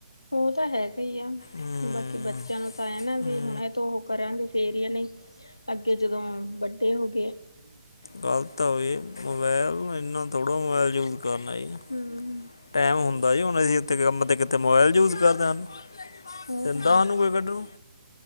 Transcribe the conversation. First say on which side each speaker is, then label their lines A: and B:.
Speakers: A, on the left (about 80°); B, on the left (about 60°).
A: ਉਹ ਤਾਂ ਹੈਗਾ ਈ ਆ।
B: ਹੂੰ
A: ਬਾਕੀ ਬੱਚ ਬੱਚਿਆਂ ਨੂੰ ਤਾਂ ਐ ਨਾ।
B: ਹੂੰ
A: ਵੀ ਹੁਣ, ਐਥੋਂ ਉਹ ਕਰਾਂਗੇ ਫੇਰ ਈ ਐ। ਨਹੀਂ ਅੱਗੇ ਜਦੋਂ ਵੱ ਡੇ ਹੋਗੇ।
B: ਗ਼ਲਤ ਆ ਵੇ। ਮੋਬਾਇਲ ਨੂੰ ਏਨਾ ਥੋੜ੍ਹਾ, ਮੋਬਾਇਲ ਯੂਜ਼ ਕਰਨਾ ਜੀ।
A: ਹਮ
B: ਟੈਂਮ ਹੁੰਦਾ ਜੀ। ਹੁਣ ਅਸੀ ਇਥੇ ਕੀ ਮਲਬ ਕਿ ਇੱਥੇ ਮੋਬਾਇਲ ਯੂਜ਼ ਕਰਨਾ ਹੁਣ।
A: ਉਹ
B: ਦੇਂਦਾ
A: ਤਾਂ
B: ਉਹਨੂੰ ਕੋਈ ਕੱਢਣ ਨੂੰ।